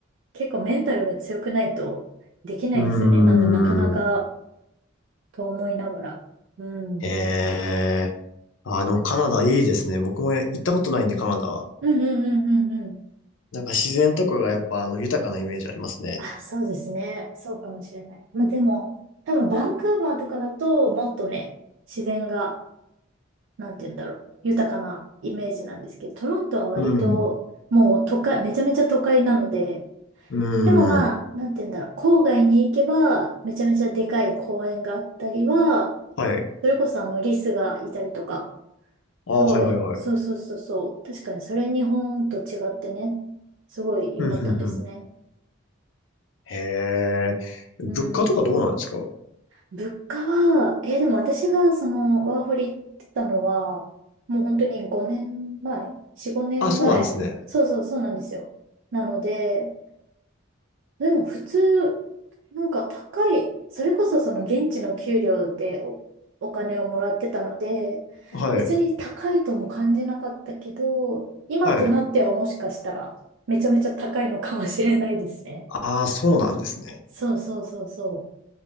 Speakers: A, on the right; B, on the left.
A: 結構メンタルが強くないとできないですよね。
B: うー
A: なんかなかなか
B: ん。
A: と思いながら。うん。
B: ええああでもカナダいいですね。僕も行ったことないんでカナダは。
A: うんうんうんうんうん。
B: なんか自然とかがやっぱあの豊かなイメージありますね。
A: あ、そうですね。そうかもしれない。まあでも、多分バンクーバーとかだともっとね、自然がなんて言うんだろう、豊かなイメージなんですけど、トロントは割ともう都会、
B: うん。
A: めちゃめちゃ都会なので、
B: うーん。
A: でもまあ、なんて言うんだろう、郊外に行けば、めちゃめちゃでかい公園があったりは、
B: はい。
A: それこそあのリスがいたりとか、
B: ああ、
A: すごい、
B: はいはいはい。
A: そうそうそうそう、確かにそれ日本と違ってね、すごい良かったですね。
B: ふんふんふん。へえ。物価とかどうなんですか
A: うん。物価は、えーでも私がそのワーホリ行ってたのは、もう本当に5年前、4、5年前。
B: あ、そうなんですね。
A: そうそうそうなんですよ。なので、でも普通、なんか高い、それこそその現地の給料でお、お金をもらってたので、
B: はい。
A: 別に高いとも感じなかったけど、今となってはもしかしたらめちゃめちゃ高いのかもしれないですね。
B: はい。ああ、そうなんですね。
A: そうそうそうそう。